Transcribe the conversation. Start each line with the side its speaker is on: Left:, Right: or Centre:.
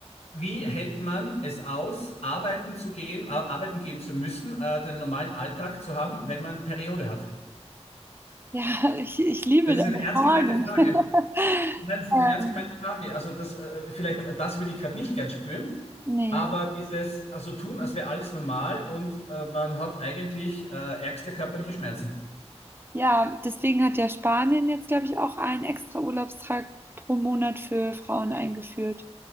Left: wie hält man es aus, arbeiten zu gehen, äh, arbeiten gehen zu müssen, äh, den normalen Alltag zu haben, wenn man Periode hat?
Right: Ja, ich, ich liebe
Left: Das ist
Right: deine
Left: eine ernst
Right: Frage.
Left: gemeinte Frage.
Right: <laughs>
Left: Nein, das ist
Right: Ähm,
Left: eine ernst gemeinte Frage. Also das, äh, vielleicht, äh, das würde ich gerade nicht gern spüren,
Right: nee.
Left: aber dieses, also tun, als wäre alles normal und äh, man hat eigentlich äh, ärgste körperliche Schmerzen.
Right: Ja, deswegen hat ja Spanien jetzt, glaube ich, auch einen extra Urlaubstag pro Monat für Frauen eingeführt.